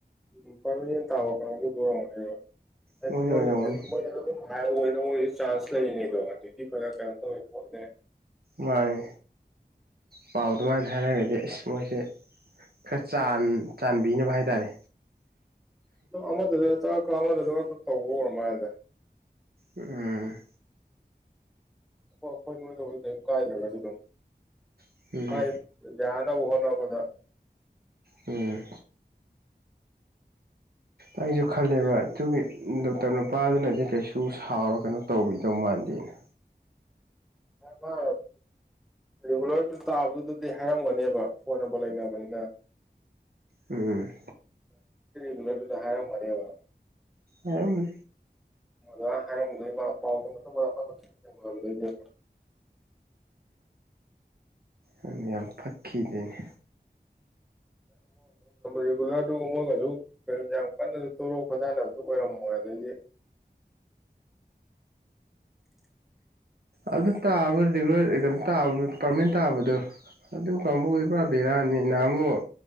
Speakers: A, in the centre; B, on the right.
A: ꯎꯝ ꯄꯥꯃꯅ ꯇꯥꯕꯣ ꯀꯥꯡꯕꯨꯗꯨꯔꯝꯣ ꯍꯥꯏꯔꯣ ꯍꯥꯏꯗꯤ
B: ꯃꯣꯏꯅ
A: ꯃꯣꯏ
B: ꯑꯣꯏꯔꯝꯒꯅꯤ
A: ꯃꯣꯏ ꯑꯗꯨꯝ ꯍꯥꯏ ꯑꯣꯏ ꯇ ꯃꯣꯏꯗ ꯆꯥꯟꯁ ꯂꯩꯔꯤꯅꯤꯗꯣ ꯑꯗꯨꯗꯤ ꯐꯖ ꯀꯩꯅꯣ ꯇꯧꯋꯦ ꯈꯣꯠꯂ
B: ꯃꯥꯅꯦ ꯄꯥꯎ ꯑꯗꯨꯃꯥꯏꯅ ꯍꯥꯏꯔꯒꯗꯤ ꯑꯁ ꯃꯣꯏꯁꯦ ꯈꯔꯥꯟ ꯆꯥꯟꯕꯤꯅꯕ ꯍꯥꯏꯇꯥꯔꯦ
A: ꯎ ꯑꯃꯗ ꯑꯃꯗꯈꯛ ꯇꯧꯕ ꯑꯣꯏꯔ ꯃꯥꯜꯁꯦ
B: ꯎꯝ
A: ꯑꯣ ꯑꯩꯈꯣꯏꯗꯧ ꯀꯥꯏ ꯂꯩ ꯑꯗꯨꯝ
B: ꯎꯝ
A: ꯃꯥꯥꯏ ꯌꯥꯅꯕꯨꯅ ꯀꯗ
B: ꯎꯝ ꯑꯩꯁꯨ
A: ꯅꯠꯇ꯭ꯔꯗꯤ
B: ꯈꯜꯂꯦꯕ ꯑꯗꯨꯒꯤ ꯗꯣꯛꯇꯔ ꯅꯨꯄꯥꯗꯨꯅꯗꯤ ꯀꯩꯁꯨ ꯁꯥꯎꯔ ꯀꯩꯅꯣ ꯇꯧꯕꯤꯗꯧ ꯃꯥꯟꯗꯦꯅ
A: ꯌꯥ ꯔꯤꯒꯨꯂꯔꯗꯨ ꯇꯥꯕꯗꯨꯗꯗꯤ ꯍꯥꯏꯔꯝꯒꯅꯦꯕ ꯐꯣꯟ ꯅꯝꯕꯔ ꯂꯩꯅꯕꯅꯤꯅ
B: ꯎꯝ
A: ꯒꯂꯔꯗ ꯍꯥꯏ ꯃꯔꯦꯕ
B: ꯑ ꯃ
A: ꯃꯥ ꯍꯥꯏꯔꯝꯗꯩ ꯃꯥ ꯄꯥꯎꯗ ꯃꯊ ꯃꯥꯗꯅꯦ
B: ꯎꯝ ꯑꯗꯨ ꯌꯥꯝ ꯐꯠꯈꯤꯗꯅꯦ
A: ꯔꯦꯒꯨꯂꯔꯃꯒ ꯀꯥꯟ ꯅ ꯊꯣꯛꯣ ꯈꯣꯗꯥꯅꯕꯁꯨ ꯑꯣꯏꯔꯝꯃꯣꯏ ꯑꯗꯗꯤ <unintelligible>
B: ꯑꯗꯨ ꯇꯥꯕ ꯔꯤꯒꯨꯂꯩꯅꯣ ꯇ ꯄꯥꯔꯃꯦꯟ ꯇꯥꯕꯗꯣ ꯑꯗꯨ ꯀꯥꯡꯕꯨ ꯏꯕ ꯕꯤꯦꯔꯥꯅꯤ ꯅꯃꯨꯛ